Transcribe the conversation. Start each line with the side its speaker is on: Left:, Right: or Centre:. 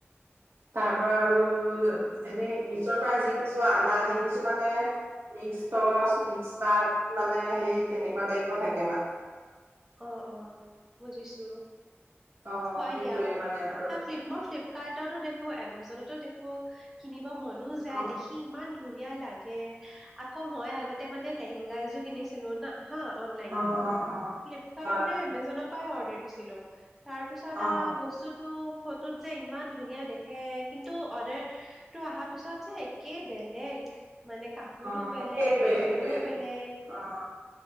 Right: তাৰ পৰা আৰু
Centre: অ'।
Right: এনেই ইছতাই যি কিজু আনা সেইকজু মানে মিক্স <unintelligible> চ মিক্স পাত মানে সেই তেনেকুৱা টাইপৰ থাকে মানে।
Centre: অ-অ বুজিছো।
Right: অ',
Centre: হয়
Right: সেইটোৱে
Centre: দিয়া।
Right: মানে আৰু
Centre: হ ফ্লিপ মই ফ্লপ্ ো দেখো, এমজনতো দেখো, কিনিব মন যায়
Right: অ',
Centre: দেখি ইমান ধুনীয়া। ধুনীয়া লাগে, আকৌ মই আগতে মানে লেহেঙগা এযোৰ কিনিছিলো না হা অননলাইন।
Right: অ', অ', অ',
Centre: ফ্লিপকাৰ্ট
Right: হয়
Centre: নে এমেজনৰ পৰা অৰ্ ডিছিলো তাৰপিছত
Right: অ', অ',
Centre: বস্তুটো ফটোত যে ইমান ধুনীয়া দেখে, কিন্তু অৰ্ডাৰটো অহাৰ পিছত যে একে বেলেগ। মানে কাপোৰতো
Right: অ
Centre: বেলেগ,
Right: সেইটোৱে
Centre: দেখিবও
Right: সেইটোৱে
Centre: বেলেগ
Right: অ'।